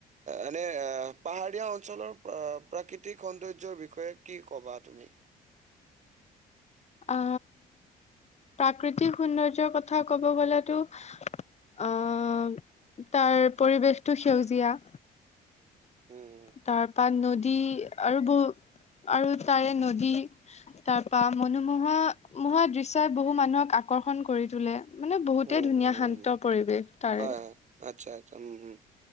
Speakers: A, on the right; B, on the left.
A: এনে এ পাহাৰীয়া অঞ্চলৰ প্ৰাকৃতিক সৌন্দৰ্যৰ বিষয়ে কি ক'বা? তুমি।
B: অ প্ৰাকৃতিক সৌন্দৰ্যৰ কথা ক'ব গলেতো, আহ তাৰ পৰিৱেশটো সেউজীয়া।
A: উম
B: তাৰপা নদী আৰু বহু- আৰু তাৰে নদী তাৰপা মনোমোহা মোহা দৃশ্যই বহু মানুহক আ- আকৰ্ষণ কৰি তোলে। মানে বহুতে
A: উম
B: ধুনীয়া
A: উম
B: শান্ত পৰিৱেশ তাৰে।
A: হয় হয় আচ্ছা আচ্ছা উম।